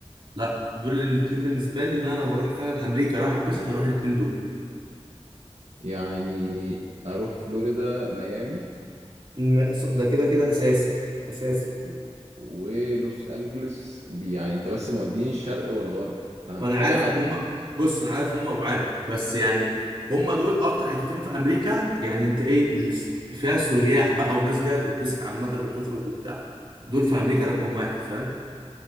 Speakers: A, on the right (about 45°); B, on the right (about 85°).
A: لا دول الاتنين بالنسبه لي اللي انا لو هروح فعلا امريكا راح اتبسط هروح الاتنين دول
B: يعني اروح فلوريدا ميامي
A: م- ده كده كده اساسي اساسي
B: و... ولوس انجلس دي يعني انت بس موديني الشرق والغرب فانا
A: وانا
B: محتاج
A: عارف
B: اعدي
A: ان هم بص انا عارف ان هم بعاد بس يعني هم دول اكتر حتتين في امريكا يعني انت ايه اللي س- فيها سياح بقى وناس جايه تتبسط عامه وتخرج وبتاع دول في امريكا رقم واحد فاهم